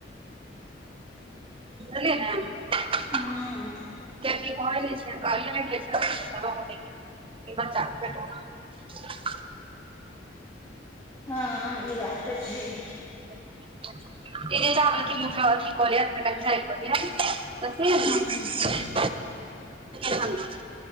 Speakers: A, on the right; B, on the left.
A: सुतले हे त
B: हँ
A: क कहन छै प्लमेट होत <inaudible> ई बच्चा के पेट ने <inaudible>
B: हँ ई बात तऽ छै
A: <inaudible> इंतजार कि मुथ कहल आक आइकत त से नहि
B: हँ
A: <unintelligible> आन <inaudible>